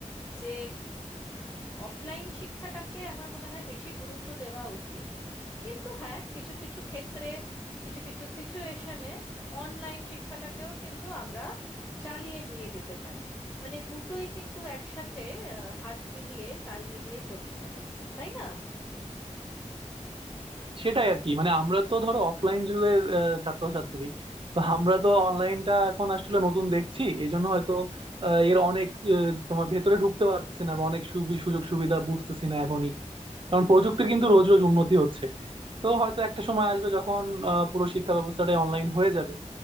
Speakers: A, on the left (about 20°); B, on the right (about 45°).
A: যে অফলাইন শিক্ষাটাকে আমার মনে হয় বেশি গুরুত্ব দেওয়া উচিত কিন্তু হ্যাঁ কিছু কিছু ক্ষেত্রে কিছু কিছু সিচুয়েশনে অনলাইন শিক্ষাটাকেও কিন্তু আমরা চালিয়ে নিয়ে যেতে পারি মানে দুটোই কিন্তু একসাথে আহ, হাত মিলিয়ে তাল মিলিয়ে চলতে পারে তাই না
B: সেটাই আর কি মানে আমরা তো ধরো অফলাইন যুগের আহ, ছাত্রছাত্রী তো আমরা তো অনলাইনটা এখন আসলে নতুন দেখছি এই জন্য হয়তো আহ, এর অনেক আহ, তোমার ভেতরে ঢুকতে পারতেছি না বা অনেক সুবি- সুযোগ সুবিধা বুঝতেছি না এখনই কারণ প্রযুক্তির কিন্তু রোজ রোজ উন্নতি হচ্ছে তো হয়তো একটা সময় আসবে যখন আহ, পুরো শিক্ষা ব্যবস্থাটাই অনলাইন হয়ে যাবে